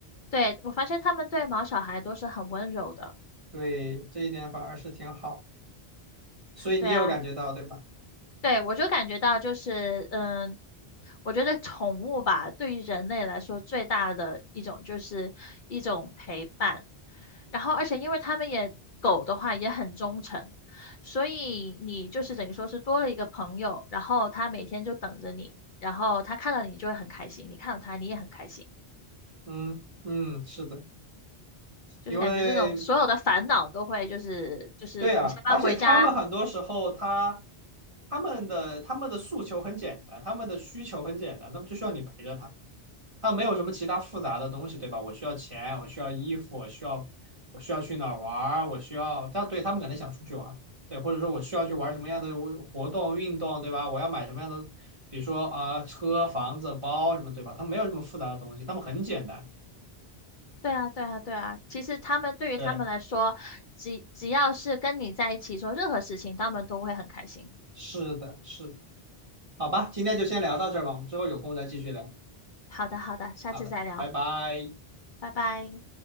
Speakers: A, on the left; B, on the right.
A: 对，我发现他们对毛小孩都是很温柔的。
B: 对，这一点反而是挺好，所以你有感觉到，
A: 对啊，
B: 对吧？
A: 对，我就感觉到就是，嗯，我觉得宠物吧，对于人类来说最大的一种就是一种陪伴，然后而且因为他们也狗的话也很忠诚，所以你就是等于说是多了一个朋友，然后它每天就等着你，然后它看到你就会很开心，你看到它你也很开心，
B: 嗯嗯，是的，
A: 就是感觉这种所有的烦恼都会就是就是你下班回家
B: 因为对啊，而且他们很多时候他他们的他们的诉求很简单，他们的需求很简单，那么就需要你陪着他，他没有什么其他复杂的东西，对吧？我需要钱，我需要衣服，我需要我需要去哪儿玩儿我需要，他对他们可能想出去玩儿对，或者说我需要去玩什么样的活动运动，对吧？我要买什么样的，比如说啊、车、房子、包什么，对吧？他们没有这么复杂的东西，他们很简单。
A: 对啊，对啊，对啊。其实他们对于他们来说，
B: 对，
A: 只只要是跟你在一起做任何事情，他们都会很开心。
B: 是的，是的，好吧，今天就先聊到这儿吧，我们之后有空再继续聊。
A: 好的，好的，下次再聊，
B: 好的，拜拜。
A: 拜拜。